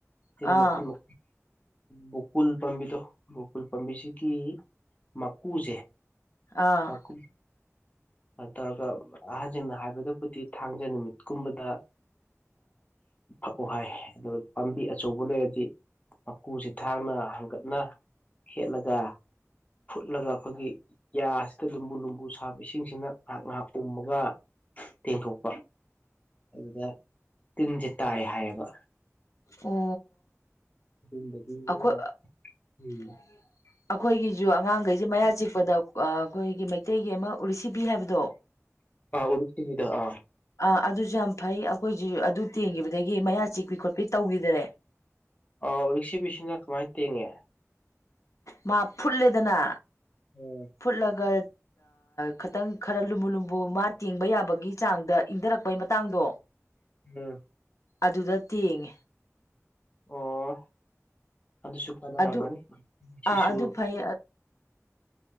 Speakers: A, on the left (about 70°); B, on the left (about 30°).
A: ꯑꯥ
B: ꯃꯛ ꯃ ꯕꯨꯀꯨꯜ ꯎꯜ ꯄꯥꯝꯕꯤꯗꯣ ꯎꯐꯨꯜ ꯄꯥꯝꯕꯤꯁꯤꯒꯤ ꯃꯀꯨꯁꯦ
A: ꯑꯥ
B: ꯃꯀ ꯇꯧꯔꯒ ꯑꯍꯟꯁꯤꯡꯅ ꯍꯥꯏꯕꯗꯕꯨꯗꯤ ꯊꯥꯡꯖꯦ ꯅꯨꯃꯤꯠꯀꯨꯝꯕꯗ ꯐꯛꯎ ꯍꯥꯏ ꯑꯗꯨꯒ ꯄꯥꯝꯕꯤ ꯑꯆꯧꯕ ꯂꯩꯔꯗꯤ ꯃꯀꯨꯁꯤ ꯊꯥꯡꯅ ꯍꯥꯡꯒꯠꯅ ꯍꯦꯠꯂꯒ ꯐꯨꯠꯂꯒ ꯑꯩꯈꯣꯏꯒꯤ ꯌꯥꯁꯤꯗ ꯂꯨꯝꯕꯨ ꯂꯨꯝꯕꯨ ꯁꯥꯕ ꯏꯁꯤꯡꯁꯤꯅ ꯉꯥꯏꯍꯥꯛ ꯉꯥꯏꯍꯥꯛ ꯄꯨꯝꯃꯒ ꯇꯦꯡꯊꯣꯛꯄ ꯑꯗꯨꯗ ꯇꯤꯟꯁꯦ ꯇꯥꯏ ꯍꯥꯏꯌꯦꯕ
A: ꯑꯣ
B: ꯇꯤꯟꯗꯒꯤꯒ
A: ꯑꯩꯈꯣꯏ ꯑꯩꯈꯣꯏꯒꯤꯁꯨ
B: ꯎꯝ
A: ꯑꯉꯥꯡꯈꯩꯁꯦ ꯃꯌꯥ ꯆꯤꯛꯄꯗ ꯑꯩꯈꯣꯏꯒꯤ ꯃꯩꯇꯩꯒꯤ ꯑꯃ ꯎꯔꯤꯁꯤꯕꯤ ꯍꯥꯏꯕꯗꯣ
B: ꯑ ꯎ ꯆꯗ ꯑ
A: ꯑꯥ ꯑꯗꯨꯁꯨ ꯌꯥꯝ ꯐꯩ ꯑꯩꯈꯣꯏꯁꯨ ꯑꯗꯨ ꯇꯦꯡꯈꯤꯕꯗꯒꯤ ꯃꯌꯥ ꯆꯤꯛꯄꯤ ꯈꯣꯠꯄꯤ ꯇꯧꯈꯤꯗꯔꯦ
B: ꯑ ꯔꯤꯛꯁꯤꯕꯤꯁꯤꯅ ꯀꯃꯥꯏꯅ ꯇꯦꯡꯉꯦ
A: ꯃꯥ ꯐꯨꯠꯂꯦꯗꯅ
B: ꯎꯝ
A: ꯐꯨꯠꯂꯒ ꯈꯤꯇꯪ ꯈꯔ ꯂꯨꯝꯕꯨꯨ ꯂꯨꯝꯕꯨ ꯃꯥ ꯇꯦꯡꯕ ꯌꯥꯕꯒꯤ ꯆꯥꯡꯗ ꯏꯪꯊꯔꯛꯄꯩ ꯃꯇꯥꯡꯗꯣ
B: ꯎꯝ
A: ꯑꯗꯨꯗ ꯇꯦꯡꯉꯦ
B: ꯑꯣ ꯑꯗꯨꯁꯨ ꯀꯅꯔꯝꯒꯅꯤ
A: ꯑꯗꯨ
B: ꯁꯤꯁꯨ
A: ꯑꯥ ꯑꯗꯨ ꯐꯩ